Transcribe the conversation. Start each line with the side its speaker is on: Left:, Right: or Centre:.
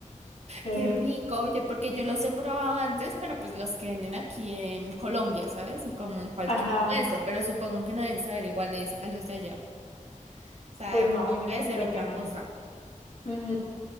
Left: Sí.
Right: Qué rico, oye, porque yo los he probado antes, pero pues los que venden aquí en Colombia, ¿sabes? Como en cualquier
Left: Ajá.
Right: puesto, pero supongo que no deben saber iguales a los de allá. O sea,
Left: Pues no,
Right: tiene
Left: yo
Right: que ser
Left: creo
Right: otra
Left: que no.
Right: cosa.
Left: Ujú.